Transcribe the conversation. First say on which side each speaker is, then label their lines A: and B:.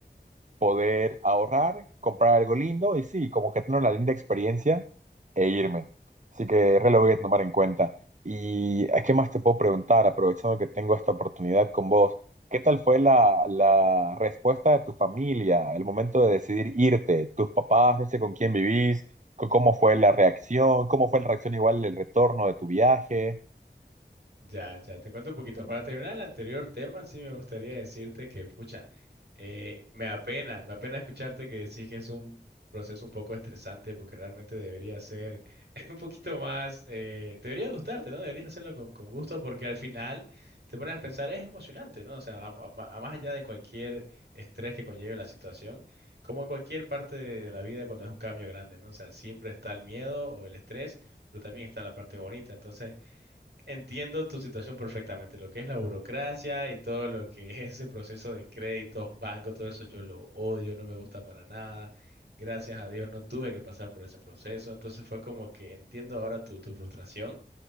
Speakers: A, on the right; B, on the right.
A: poder ahorrar, comprar algo lindo y sí, como que tener una linda experiencia e irme. Así que re lo voy a tomar en cuenta. ¿Y a qué más te puedo preguntar, aprovechando que tengo esta oportunidad con vos? ¿Qué tal fue la, la respuesta de tu familia, el momento de decidir irte? ¿Tus papás, no sé con quién vivís? c- ¿Cómo fue la reacción? ¿Cómo fue la reacción igual del retorno de tu viaje?
B: Ya, ya, te cuento un poquito. Para terminar el anterior tema, sí me gustaría decirte que, pucha, eh, me apena, me apena escucharte que decís que es un proceso un poco estresante porque realmente debería ser <laughs> un poquito más, eh, debería gustarte, ¿no? Deberías hacerlo con, con gusto porque al final te pones a pensar, es emocionante, ¿no? O sea, a, a- a más allá de cualquier estrés que conlleve la situación, como en cualquier parte de la vida cuando es un cambio grande, ¿no? O sea, siempre está el miedo o el estrés, pero también está la parte bonita. Entonces, Entiendo tu situación perfectamente, lo que es la burocracia y todo lo que es ese proceso de créditos, bancos, todo eso yo lo odio, no me gusta para nada. Gracias a Dios no tuve que pasar por ese proceso, entonces fue como que entiendo ahora tu, tu frustración.